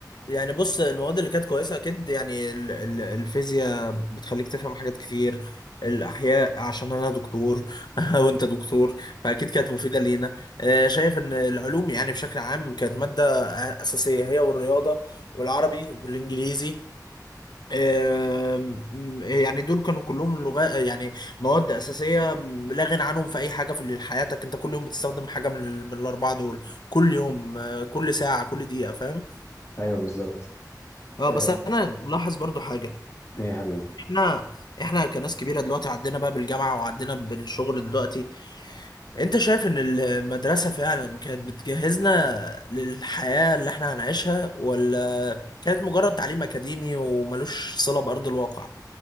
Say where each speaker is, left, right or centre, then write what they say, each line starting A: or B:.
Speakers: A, on the left (about 75°); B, on the left (about 40°).
A: يعني بص المواد اللي كانت كويسة اكيد يعني ال- ال- الفيزياء بتخليك تفهم حاجات كتير الاحياء عشان انا دكتور <laughs> وانت دكتور فاكيد كانت مفيدة لينا آه، شايف ان العلوم يعني بشكل عام كانت مادة اساسية هي والرياضة والعربي والانجليزي آم، يعني دول كانوا كلهم لغات يعني مواد أساسية لا غنى عنهم في أي حاجة في حياتك أنت كل يوم بتستخدم حاجة من, ال- من الأربعة دول كل يوم آه، كل ساعة كل دقيقة فاهم
B: ايوه بالظبط
A: اه
B: آه،
A: بس أنا ملاحظ برضو حاجة
B: ايه يا حبيبي
A: احنا احنا كناس كبيرة دلوقتي عدينا بقى بالجامعة وعدينا بالشغل دلوقتي أنت شايف إن المدرسة فعلا كانت بتجهزنا للحياة اللي احنا هنعيشها ولا كانت مجرد تعليم أكاديمي وملوش صلة بأرض الواقع؟